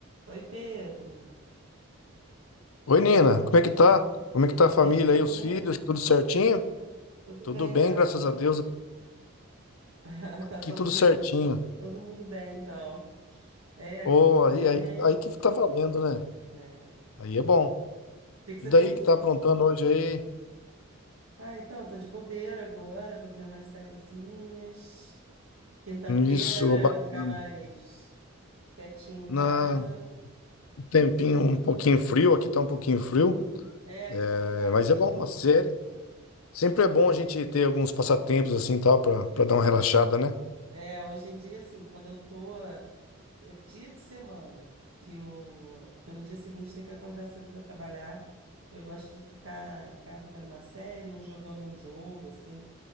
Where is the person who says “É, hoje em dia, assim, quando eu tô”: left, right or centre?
Right